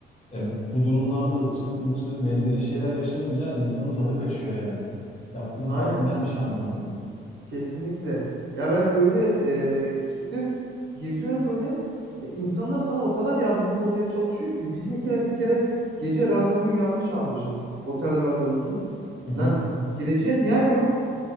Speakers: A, on the left; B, on the right.
A: E, bu durumlarda ırkçılık, mırçılık benzeri şeyler yaşanınca insanın tadı kaçıyor yani. Yaptığın
B: Aynen
A: tatilden bir şey anlamazsın.
B: Kesinlikle. Ya ben böyle e, gittim, geziyorum böyle. Ya insanlar sana o kadar yardımcı olmaya çalışıyor ki biz bir kere, bir kere gece randevuyu yanlış almışız. Otel randevusunu.
A: Hı hı.
B: Lan gireceğim yer yok.